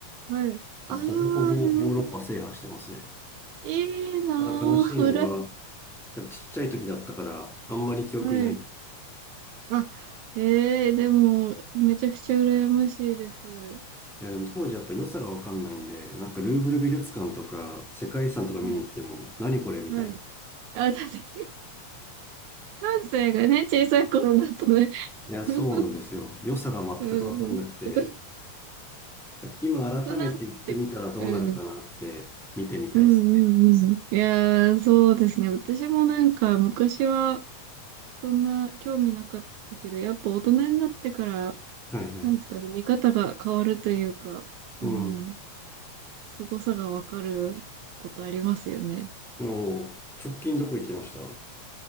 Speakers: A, on the right; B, in the centre.
A: はい。ああ、
B: ほぼほぼヨーロッパ制覇してますね。
A: なるほど。いいなぁ、
B: ただ悲しいのが、
A: うらや、
B: やっぱちっちゃい時だったから、あんまり記憶にない。
A: はい。あ、ええーでも、めちゃくちゃ羨ましいです。うん
B: いや、でも当時やっぱ良さがわかんないんで、なんかルーブル美術館とか世界遺産とか見に行っても、
A: はい、
B: 何これみたいな。
A: はい。
B: い
A: あ、確かに、<laughs> 関西がね、小さい頃だとね。
B: や、
A: <laughs>
B: そうなんですよ。良さが全くわかんなくて、
A: うん。<laughs> ずっ
B: やっぱ今改めて行ってみたらどうなるかなって見てみたいですね。
A: となんだってか、うん。うんうんうん。いやー、そうですね。私もなんか昔はそんな興味なかったけど、やっぱ大人になってから、
B: はいはい。
A: なんですかね、見方が変わるというか、
B: うん。
A: うん、凄さがわかることありますよね。
B: もう、直近どこ行きました